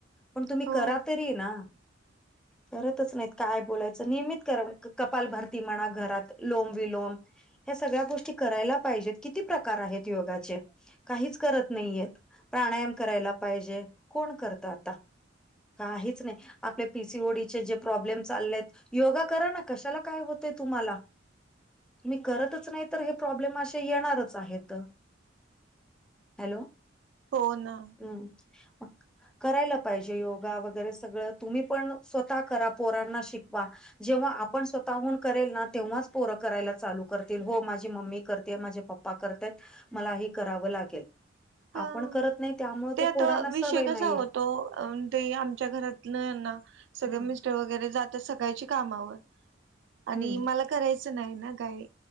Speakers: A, in the centre; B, on the right.
A: पण तुम्ही
B: हो
A: करा तरी ना करतच नाहीत काय बोलायचं नियमित करा. कपाल भरती म्हणा घरात लोम विलोम ह सगळ्या गोष्टी करायला पाहिजेत किती प्रकार आहेत योगाचे काहीच करत नाहीय प्राणायाम करायला पाहिजे कोण करत आता. काहीच नाही आपले पीसी ओडीचे जे प्रॉब्लेम चालले आहेत योगा कराना. कशाला काय होतय तुम्हाला. तुम्ही करतच नाही तर हे प्रॉब्लेम असे येणारच आहेत. हॅलो.
B: हो ना.
A: हम्म म करायला पाहिजे योगा वगैरे सगळं तुम्ही पण स्वतः करा पोरांना शिकवा. जेव्हा आप आपण स्वतःहून करेल ना तेव्हाच पोरं करायला चालू करतील हो माझी मम्मी करते माझे पप्पा करतेय. मलाही कराव लागेल
B: हा.
A: आपण करत नाही. त्यामुळे
B: ते आता
A: पोरांना
B: विषय
A: सवय
B: कसा
A: नाहीये
B: होतो ते आमच्या घरातलं ना
A: हम्म
B: सगळं मि वगैरे जात सकाळची कामावर आणि
A: हम्म
B: मला करायचं नाही ना काही.